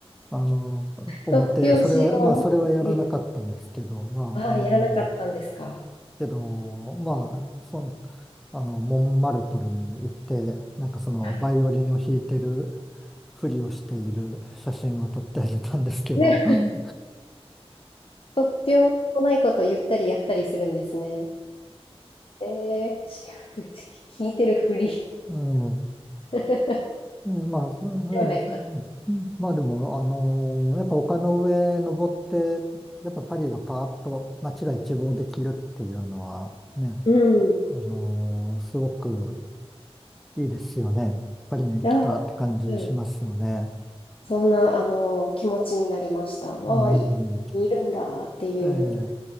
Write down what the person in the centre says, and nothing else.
の、思って、
それは、まあ、それはやらなかったんですけど、まあ、
あの、
けど、まあ、その、あの、モンマルトルに行って、なんかその、
バイオリンを弾いてるふりをしている写真は撮ってあげたんですけど、
うん、
うん、
うんまあ、そうですうんまあでも、
あのーやっぱ丘の上登って、やっぱパリがパーッと街が一望できるっていうのはね、
あのーすごくいいですよね。パリに来たって感じしますよね。
うん。
ええ、